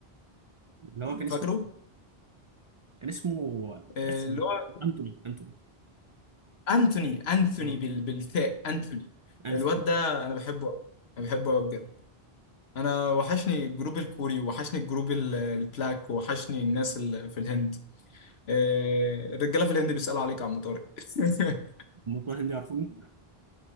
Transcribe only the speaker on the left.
فاكره
آه،
اللي هو
انثوني انثوني
بال... بالتاء انثوني
الواد ده انا بحبه أوي. انا بحبه قوي بجد انا وحشني الجروب الكوري وحشني الجروب ال- البلاك وحشني الناس اللي في الهند آه، الرجاله في الهند بيسالوا عليك يا عم طارق <laughs>